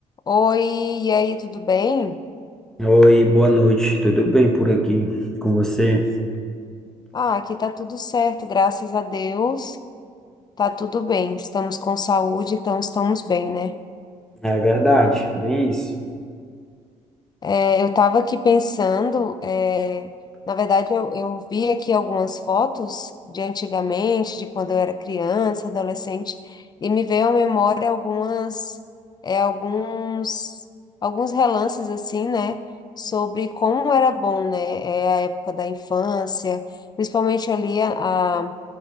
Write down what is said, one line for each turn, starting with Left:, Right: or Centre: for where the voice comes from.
Left: Oi, e aí, tudo bem?
Centre: Oi, boa noite. Tudo bem por aqui com você?
Left: Ah, aqui tá tudo certo, graças a Deus. Tá tudo bem, estamos com saúde, então estamos bem, né?
Centre: É verdade, bem isso.
Left: É, eu tava aqui pensando, é, na verdade, eu, eu vi aqui algumas fotos de antigamente, de quando eu era criança, adolescente, e me veio à memória algumas, é, alguns, alguns relances, assim, né? Sobre como era bom, né? É, a época da infância, principalmente ali a